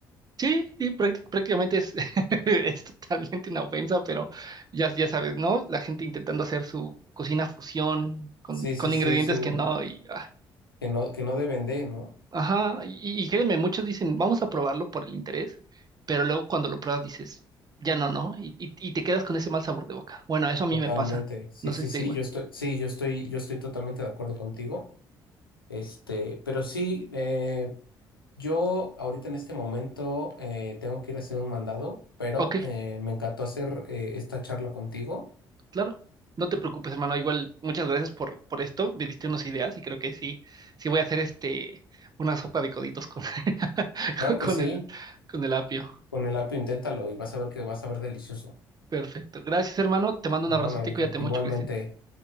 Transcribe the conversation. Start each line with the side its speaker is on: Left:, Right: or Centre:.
Right: Sí, sí, prácti- prácticamente es, <laughs> es totalmente una ofensa, pero ya, ya sabes, ¿no? La gente intentando hacer su cocina fusión con,
Left: Sí, sí,
Right: con
Left: sí,
Right: ingredientes
Left: su,
Right: que no, y, ah,
Left: que no, que no deben de, ¿no?
Right: ajá, y, y créeme, muchos dicen, vamos a probarlo por el interés, pero luego cuando lo pruebas dices, ya no, ¿no? Y, y, y te quedas con ese mal sabor de boca. Bueno, eso a mí
Left: Totalmente.
Right: me pasa,
Left: Sí,
Right: no sé
Left: sí,
Right: si
Left: sí,
Right: te da igual.
Left: yo estoy, sí, yo estoy, yo estoy totalmente de acuerdo contigo. Este, pero sí, eh, yo ahorita en este momento eh, tengo que ir a hacer un mandado, pero
Right: Ok,
Left: eh, me encantó hacer eh, esta charla contigo.
Right: Claro, no te preocupes, hermano. Igual, muchas gracias por, por esto. Me diste unas ideas y creo que sí, sí voy a hacer este una sopa de coditos con, <laughs>
Left: Claro que
Right: con
Left: sí,
Right: el, con el apio.
Left: con el apio inténtalo y vas a ver que vas a ver delicioso.
Right: Perfecto. Gracias, hermano. Te mando
Left: No,
Right: un abrazote
Left: no hay de
Right: y cuídate
Left: qué. Igualmente.
Right: mucho, Cristian.